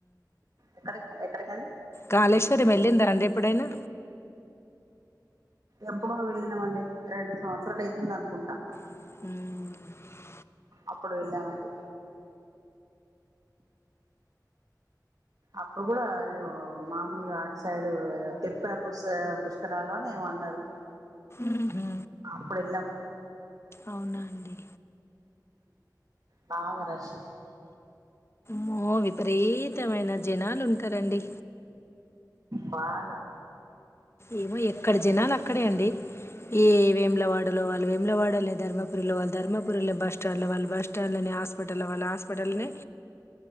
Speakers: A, on the right (about 55°); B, on the left (about 35°).
A: ఎక్కడ ఎక్కడికంటే
B: కాళేశ్వరం వెళ్ళిందా అండి ఎప్పుడైనా
A: ఎప్పుడో వెళ్ళినామండి రెండు సంవత్సరాలు అయితుంది అనుకుంటా
B: ఉమ్
A: అప్పుడు వెళ్ళామండి అప్పుడు కూడాదో మామూలుగా ఆటు సైడు తెిప్పే పు పుష్కరాలోని ఏమ అన్నారు
B: ఉహు
A: అప్పుడు వెళ్ళాం
B: అవునా అండి
A: పాగరశి
B: మో విపరీత్ ఖతమైన జనాలు ఉంటారండి
A: పాగా
B: ఏమో ఎక్కడ జినాల అక్కడే అండి ఏ వేములవాడలో వాళ్ళు వేములవాడనే ధర్మపురిలో వాళ్ళు ధర్మపురి బస్ స్టాండ్లో వాళ్ళు బస్ స్టాండ్లోనే హాస్పిటల్లో వాళ్ళ హాస్పిటల్నే